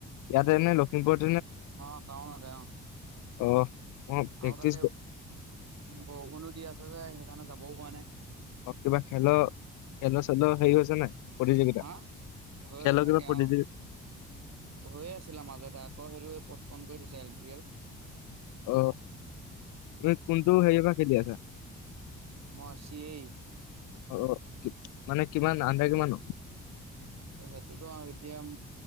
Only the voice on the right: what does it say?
অ টউন দে
আৰু তাতে বৰষুণো দি আছে যে সেইকাৰণে যাবও প নাই
হা হৈ
থাকে
অ'। হৈয়ে আছিলা মাজতে আকৌ সেইটো পচপন কৰি থৈছে এল পি এল
মচিয়েই
সেইটোতো আৰু এতিয়া